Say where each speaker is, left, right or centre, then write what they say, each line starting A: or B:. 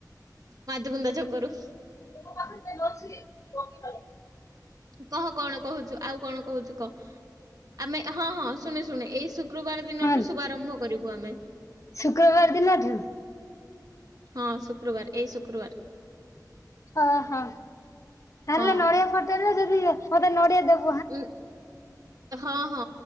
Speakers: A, on the right; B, on the left.
A: ମାଧବୁନ୍ଦା ଚକରୁ
B: <unintelligible>
A: କହ କଣ କୋହୁଚୁ ଆଉ କଣ କୋହୁଚୁ କହ। ଆମେ ହଁ ହଁ ଶୁଣେ ଶୁଣେ ଏଇ ଶୁ କ୍ରବାର ଦିନଠୁ
B: ହଁ
A: ଶୁଭାରମ୍ଭ କରିବୁ ଆମେ।
B: ଶୁକ୍ରବାର ଦିନଠୁ?
A: ହଁ ଶୁକ୍ରବାର ଏଇ ଶୁକ୍ରବାର।
B: ଓହୋ ତାହେଲେ
A: ହଁ।
B: ନଡିଆ ଫଟେଇଲେ ଯଦି ମତେ ନଡିଆ ଦୋବୁ।
A: ଉଁ ହଁ ହଁ।